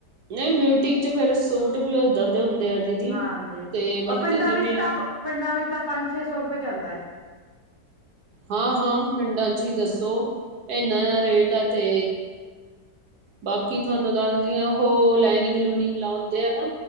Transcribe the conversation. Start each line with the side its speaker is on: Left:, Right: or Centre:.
Right: ਨਹੀਂ, ਬਿਊਟੀ ਚ' ਫੇਰ ਸੂਟ ਵੀ ਏਦਾਂ ਦੇ ਹੁੰਦੇ ਆ। ਦੀਦੀ
Left: ਹਾਂਜੀ
Right: ਤੇ ਬਾਕੀ
Left: ਔਰ ਪਿੰਡਾਂ
Right: ਕਿਵੇਂ
Left: ਵਿੱਚ ਤਾਂ
Right: ਆ।
Left: ਪਿੰਡਾਂ ਵਿੱਚ ਤਾਂ ਪੰਜ- ਛੇ ਸੌ ਰੁਪਏ ਚੱਲਦਾ ਹੈ।
Right: ਹਾਂ -ਹਾਂ ਪਿੰਡਾਂ 'ਚ ਹੀ ਦੱਸੋ ਇੰਨਾ ਜ ਰੇਟ ਆ। ਤੇ ਬਾਕੀ ਤੁਹਾਨੂੰ ਦੱਸਦੀ ਆ ਉਹ ਲਾਈਨਿੰਗ- ਲੂਨਿੰਗ ਲਾਉਂਦੇ ਆ ਨਾ।